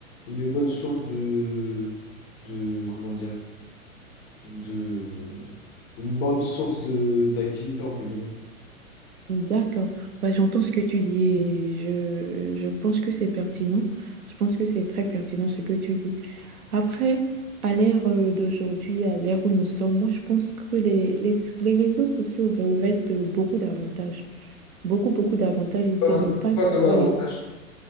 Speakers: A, on the left; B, on the right.
A: une bonne source de, de, comment dire, de, une bonne source de, d'activité, entre guillemets.
B: D'accord. Bah, j'entends ce que tu dis et je, je pense que c'est pertinent. Je pense que c'est très pertinent ce que tu dis. Après, à l'ère euh, d'aujourd'hui, à l'ère où nous sommes, moi, je pense que les, les, les réseaux sociaux revêtent euh, beaucoup d'avantages. Beaucoup, beaucoup d'avantages et c'est
A: comme,
B: ne pas
A: quoi comme avantage?
B: savoir les